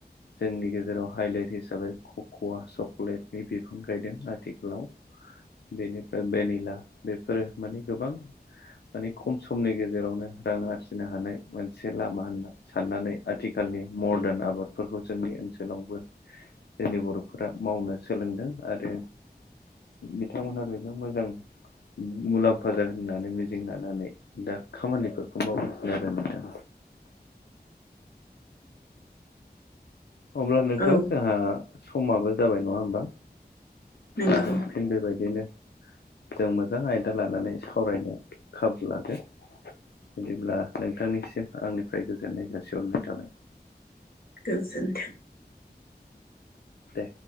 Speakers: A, on the left (about 80°); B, on the left (about 60°).
A: जोंनि गेजेराव हाइलाइट हिसाबै कक'वा चकलेटनि बिफां गायदों आथिखालाव। बेनिफ्राय भेनिला बेफोरो माने गोबां माने खम समनि गेजेरावनो रां आरजिनो हानाय मोनसे लामा होनना साननानै आथिखालनि मदारन आबादफोरखौ जोंनि ओनसोलावबो जोंनि बर'फोरा मावनो सोलोंदों आरो बिथांमोनहा बेजों मोजां मुलाम्फा जागोन होननानै लानानै दा खामानिफोरखौ मावगासिनो आरो नोंथां। अब्ला नोंथां
B: औ
A: जोंहा समाबो जाबाय नङा होमबा
B: नोंगौ
A: आरो फिन बेबायदिनो जों मोजां आयदा लानानै सावरायनो खाबु लागोन। बिदिब्ला नोंथांनिसिम आंनिफ्राय गोजोननाय जासिहरनाय थाबाय।
B: गोजोन्थों।
A: दे।